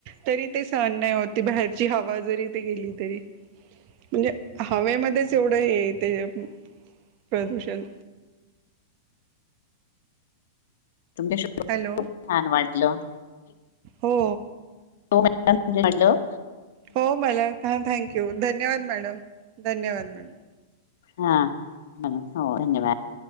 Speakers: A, on the right; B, on the left.
A: तरी ते सहण नाही होती बाहेरची हवा जरी ते गेली तरी म्हणजे हः. हवेमध्येच एवढं हे ते प्रदूषण.
B: तुमच्या शीव.
A: हॅलो,
B: छान वाटलं.
A: हो,
B: द म्हजेेल <inaudible>
A: हो मला हां थँक्यू धन्यवाद मॅडम धन्यवाद मॅडम.
B: हा नमन हो धन्यवाद.